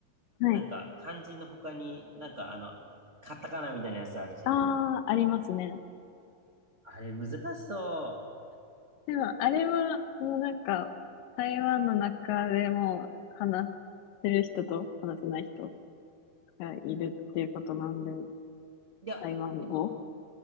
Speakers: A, on the left; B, on the right.
A: はい。
B: なんか、漢字の他に、なんかあの、カタカナみたいなやつあるじゃん。
A: ああ、ありますね。
B: あれ難しそ
A: でも、あれは、もうなんか、台湾の中でも話せる人と話せない人がいるっていうことなんで、
B: う。いや、
A: 台湾語。
B: えっと、